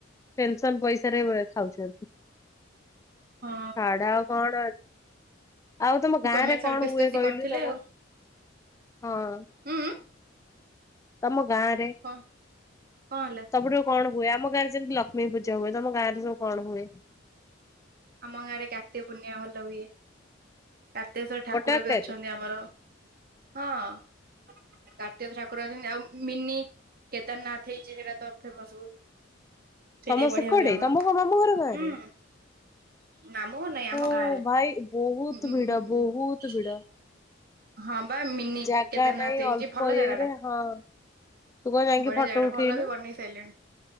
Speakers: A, on the left (about 15°); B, on the right (about 50°).
A: ପେନସନ ପଇସାରେ ଏ ଖାଉଚନ୍ତି।
B: ହଁ
A: ଖାଡା ଆଉ କଣ ଅଛି? ଆଉ ତମ ଗାଁ
B: ଗମେଣ୍ଟ
A: ରେ କଣ
B: ସର୍ଭିସ୍
A: ହୁଏ
B: ତ ସେ
A: କହିଲୁ
B: କରିଥିଲେ
A: ତମ
B: ଆଉ
A: ହଁ।
B: ଉଁ ଉଁ
A: ତମ ଗାଁରେ
B: କଣ କଣ ହେଲା?
A: ସବୁଠୁ କଣ ହୁଏ ଆମ ଗାଁରେ ଯେମିତି ଲକ୍ଷ୍ମୀ ପୂଜା ହଏ ତ ମ ଗାଁ ରେ ସବୁ କଣ ହୁଏ?
B: ଆମ ଗାଁ ରେ କାର୍ତିକ ପୂର୍ଣ୍ଣିମା ଭଲ ହୁଏ। କାର୍ତ୍ତିେଶଶ୍ଵର ଠାକୁର
A: ବଡ ଆକାରରେ
B: ବି ଅଛନ୍ତି ଆମର, ହଁ। ଠାକୁର ଅଛନ୍ତି ଆଉ ମିନି କେଦାରନାଥ ହେଇଚି, ସେଇଟା ତ ଫେମସ ବହୁତ। ସେଇଟା
A: ତମ
B: ବି
A: ସେକଡେ
B: ବଢିଆ ହୁଏ ଆମର
A: ତମ କଣ ମାମୁଁ ଘର ଗାଁରେ?
B: ହୁଁ। ନାମ ନାହିଁ ଆମ
A: ଓ
B: ଗାଁରେ
A: ଭାଇ ବହୁତ
B: ହୁଁ ହୁଁ
A: ଭିଡ
B: ହୁଁ ହୁଁ ହୁଁ।
A: ବହୁତ ଭିଡ।
B: ହଁ ବା ମିନି
A: ଜାଗା
B: କେଦାରନାଥ
A: ନାଇଁ
B: ହେଇଚି
A: ଅଳ୍ପ
B: ଭଲ
A: ଇଏରେ
B: ଜାଗା ଟା।
A: ହଁ ତୁ କଣ ଯାଇକି
B: ବଢିଆ
A: ଫଟୋ
B: ଜାଗା ଟା
A: ଉଠେଇନୁ?
B: ଭଲ ବି ବନେଇ ସାରିଲେଣି।